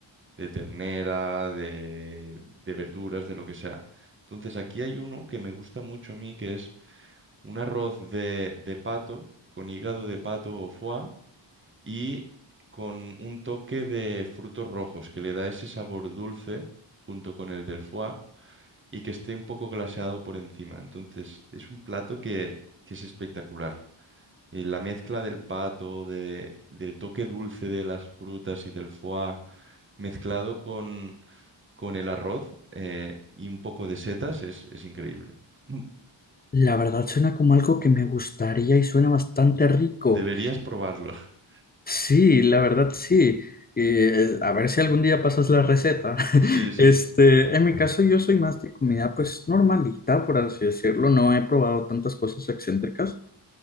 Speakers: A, on the right (about 25°); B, on the left (about 25°).
A: de ternera, de, de verduras, de lo que sea. Entonces aquí hay uno que me gusta mucho a mí, que es un arroz de, de pato, con hígado de pato o foie y con un toque de frutos rojos que le da ese sabor dulce junto con el del foie y que esté un poco glaseado por encima. Entonces, es un plato que, que es espectacular. Y la mezcla del pato, de- del toque dulce de las frutas y del foie mezclado con, con el arroz eh, y un poco de setas es, es increíble. <laughs>
B: La verdad suena como algo que me gustaría y suena bastante rico.
A: Deberías probarlo. <laughs>
B: Sí, la verdad sí. Eh, a ver si algún día pasas la receta. <laughs>
A: Sí, sí.
B: Este, en mi caso yo soy más de comida pues normalita, por así decirlo. No he probado tantas cosas excéntricas.